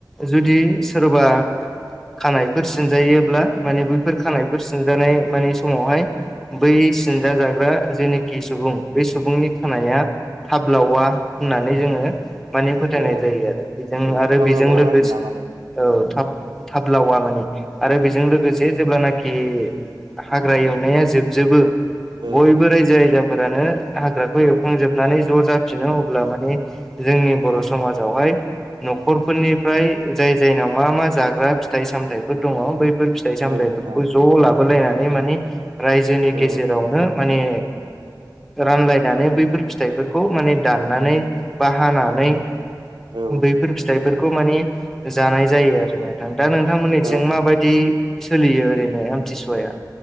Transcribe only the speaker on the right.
औ
औ
थाब
लाबावो
आरोना माने
औ
औ
औ नोंथां
औ
औ
औ नोंथां